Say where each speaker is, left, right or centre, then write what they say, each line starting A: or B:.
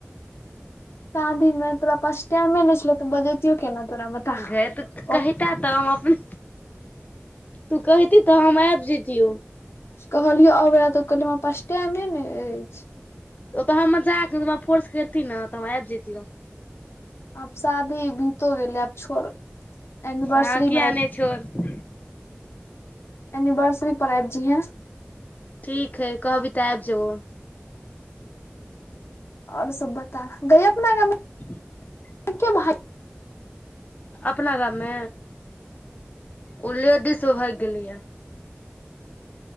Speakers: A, on the left; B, on the left.
A: शादीमे तोरा पास टायममे ने छलउ तऽ बजबतियौ केना तोरा बता
B: गै तऽ कहिता
A: ओह
B: तऽ हम अपने तू कहति तऽ हम आइब जेतियौ
A: कहलिय अबाइ तऽ कहलिय हम पास टेमे ने अएछ।
B: ओ तऽ हम मजाक मेंऽहमरा फोर्स करति न तऽ हम आइब जेतियौ।
A: आब शादी बीतो गेलै आब छोड़ एनिवर्सरी
B: हँ किया
A: मे आ
B: नहि छोड़
A: एनिवर्सरी पर आईब जहिहैं
B: ठीक हई कहबीही तऽ आइब जेबौ।
A: आओर सब बता गय अपना गाँव
B: <inaudible>
A: कै भा <unintelligible>
B: अपना गाम मे ओ लेडीस भाइग गेलैए।